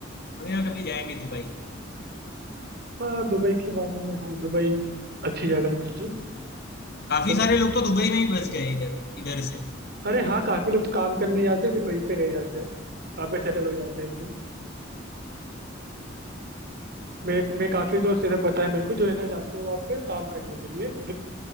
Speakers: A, on the left (about 55°); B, on the right (about 55°).
A: कभी ना कभी जाएंगे दुबई
B: हाँ दुबई के बारे में हाँ दुबई अच्छी जगह है काफ़ी
A: काफी
B: तो
A: सारे लोग तो दुबई में ही बस गए इधर इधर से
B: अरे हाँ काफी लोग तो काम करने जाते हैं फिर वहीं पे रह जाते हैं वहाँ पे सेटल हो जाते हैं एकदम। मेरे मैं काफी दोस्त जैसे पता है मेरे को जो है ना जाते हैं वहाँ पे काम करने के लिए